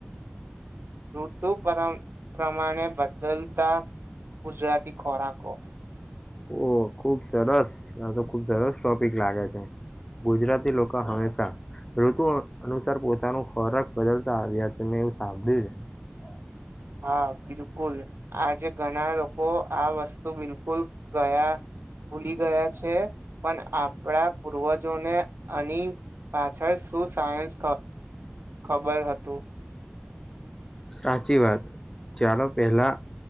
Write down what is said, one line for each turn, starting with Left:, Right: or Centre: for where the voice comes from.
Right: ઋતુ પર પ્રમાણે બદલતા ગુજરાતી ખોરાકો
Left: ઓ ખુબ સરસ આ તો ખુબ સરસ ટોપિક લાગે છે ગુજરાતી લોકો હંમેશા ઋતુ અનુસાર પોતાનું ખોરાક બદલતા આવ્યા છે મેં એવું સાંભળ્યું છે
Right: હા બિલકુલ આજે ઘણા લોકો આ વસ્તુ તોું બિલકુલ ગયા ભૂલી ગયા છે પણ આપણા પૂર્વજોને આની પાછળ શું સાયન્સ ખબર હતું
Left: સાચી વાત ચાલો પહેલા